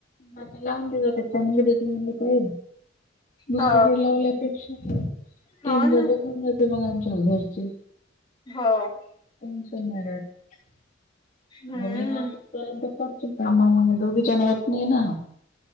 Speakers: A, on the left; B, on the left.
A: आता लावून दि चांगली द म काही, दुसरकडे
B: हो
A: लावले पेक्षा. तीन
B: हो ना
A: दोन होे मग आमच्या घरचे.
B: हो
A: <unintelligible>
B: हम्म
A: मी हाफीस पर्यंत करच कामामुळे दोघी जण होत नाही ना.